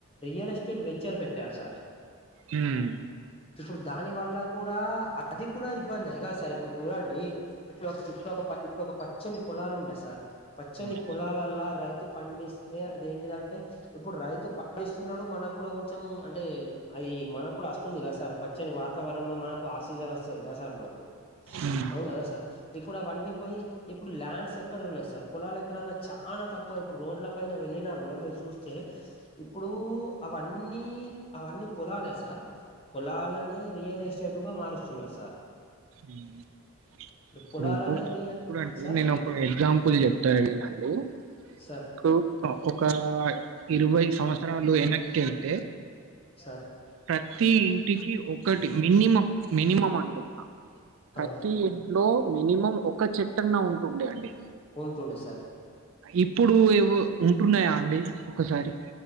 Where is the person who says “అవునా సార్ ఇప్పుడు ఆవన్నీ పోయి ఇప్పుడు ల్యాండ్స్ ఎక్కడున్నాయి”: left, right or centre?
Left